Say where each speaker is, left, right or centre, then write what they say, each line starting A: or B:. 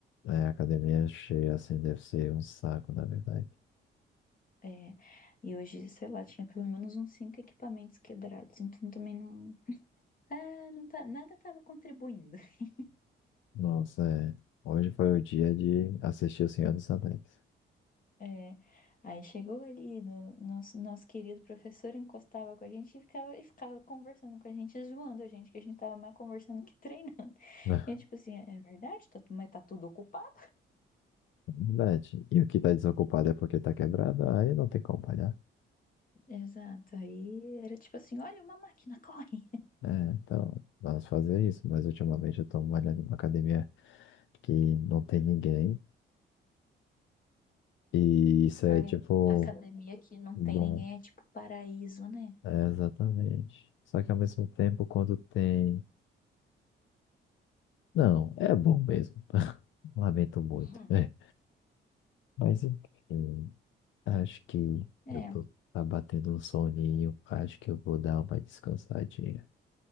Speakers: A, on the left; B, on the left.
A: É, a academia é cheia assim deve ser um saco, na verdade.
B: É, e hoje, sei lá, tinha pelo menos uns cinco equipamentos quebrados, então também não, Ah, não tá, nada estava contribuindo. <laughs>
A: Nossa, é. Hoje foi o dia de assistir O Senhor dos Anéis.
B: É, aí chegou ali, no, nosso, nosso querido professor encostava com a gente e ficava, e ficava conversando com a gente, zoando a gente, que a gente tava mais conversando que <laughs> treinando.
A: <laughs>
B: E eu, tipo assim, é é verdade, tá, tu- mas tá tudo ocupado?
A: Verdade. E o que tá desocupado é porque tá quebrado, aí não tem como malhar.
B: Exato, aí era tipo assim, olha uma máquina, corre!
A: É, então, vamos fazer isso. Mas ultimamente eu tô malhando em uma academia que não tem ninguém. E isso é
B: Aí,
A: tipo.
B: a academia que não
A: Bom,
B: tem ninguém é tipo paraíso, né? <laughs>
A: É, exatamente. Só que ao mesmo tempo, quando tem. Não, é bom mesmo. <laughs> Lamento muito.
B: Uhum.
A: É. Mas enfim, acho que
B: É,
A: eu tô tá batendo um soninho. Acho que eu vou dar uma descansadinha.